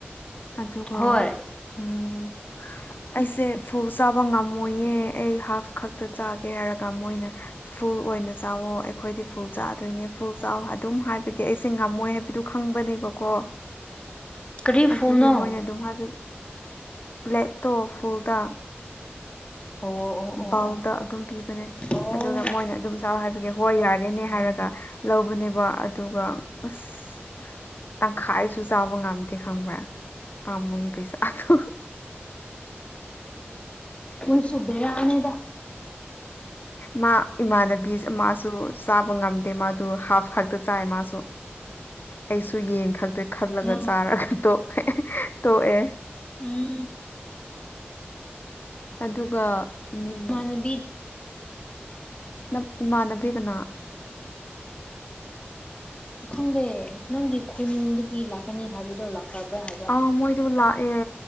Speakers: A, on the left (about 55°); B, on the left (about 30°).
A: ꯑꯗꯨꯒ
B: ꯍꯣꯏ
A: ꯎꯝ ꯑꯩꯁꯦ ꯐꯨꯜ ꯆꯥꯕ ꯉꯝꯃꯣꯏꯌꯦ ꯑꯩ ꯍꯥꯐ ꯈꯛꯇ ꯆꯥꯒꯦ ꯍꯥꯏꯔꯒ ꯃꯣꯏꯅ ꯐꯨꯜ ꯑꯣꯏꯅ ꯆꯥꯛꯋꯣ ꯑꯈꯣꯏꯗꯤ ꯐꯨꯜ ꯆꯥꯗꯣꯏꯅꯦ ꯐꯨꯜ ꯆꯥꯎ ꯑꯗꯨꯝ ꯍꯥꯏꯕꯒꯤ ꯑꯩꯁꯦ ꯉꯝꯃꯣꯏ ꯑꯗꯨ ꯈꯪꯕꯅꯦꯕꯀꯣ
B: ꯀꯔꯤ
A: ꯑꯗꯨꯒꯤ
B: ꯐꯨꯅꯣ
A: ꯃꯣꯏꯅ ꯑꯗꯨꯝ ꯍꯥꯏꯕ ꯕꯂꯦꯛꯇꯣ ꯐꯨꯜꯗ
B: ꯑꯣ ꯑꯣ ꯑꯣ
A: ꯕꯥꯎꯜꯗ ꯑꯗꯨꯝ ꯄꯤꯕꯅꯦ
B: ꯑꯣ
A: ꯑꯗꯨꯒ ꯃꯣꯏꯅ ꯑꯗꯨꯝ ꯆꯥꯎ ꯍꯥꯏꯕꯒꯤ ꯍꯣꯏ ꯌꯥꯔꯦꯅꯦ ꯍꯥꯏꯔꯒ ꯂꯧꯕꯅꯦꯕ ꯑꯗꯨꯒ ꯑꯁ ꯇꯪꯈꯥꯏꯁꯨ ꯆꯥꯕ ꯉꯝꯗꯦ ꯈꯪꯕ꯭ꯔꯥ ꯄꯥꯝꯃꯨ ꯄꯩꯁꯥꯗꯨ
B: ꯃꯣꯏꯁꯨ ꯕꯦꯔꯥꯅꯦꯗ
A: ꯃꯥ ꯏꯃꯥꯟꯅꯕꯤ ꯑꯃꯁꯨ ꯆꯥꯕ ꯉꯝꯗꯦ ꯃꯥꯗꯨ ꯍꯥꯐ ꯈꯛꯇ ꯆꯥꯏ ꯃꯥꯁꯨ ꯑꯩꯁꯨ ꯌꯦꯟ ꯈꯛꯇ ꯈꯜꯔꯂꯒ
B: ꯅꯝ
A: ꯆꯥꯔꯒ ꯇꯣꯛꯈ꯭ꯔꯦ ꯇꯣꯛꯑꯦ
B: ꯎꯝ ꯫
A: ꯑꯗꯨꯒ ꯎꯝ
B: ꯏꯃꯥꯟꯅꯕꯤ
A: ꯅꯞ ꯏꯃꯥꯟꯅꯕꯤ ꯀꯅꯥ <inaudible>
B: ꯈꯪꯗꯦ ꯅꯪꯒꯤ ꯈꯨꯟꯗꯒꯤ ꯂꯥꯛꯀꯅꯤ ꯍꯥꯏꯕꯗꯣ ꯂꯥꯛꯈ꯭ꯔꯥꯕ ꯍꯥꯏꯕ
A: ꯑꯣ ꯃꯣꯏꯗꯨ ꯂꯥꯛꯑꯦ